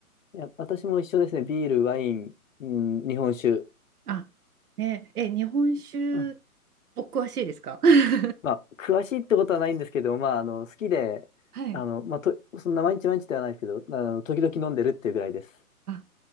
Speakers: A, on the left; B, on the right.
A: いや、私も一緒ですね。ビール、ワイン、うん、日本酒。
B: あ、ね、え、日本酒
A: うん
B: お詳しいですか <laughs>
A: まあ、詳しいってことはないんですけど、まあ、あの、好きで、
B: はい。
A: あの、まあ、と、そんな毎日毎日ではないですけど、あの、時々飲んでるっていうぐらいです。
B: あ、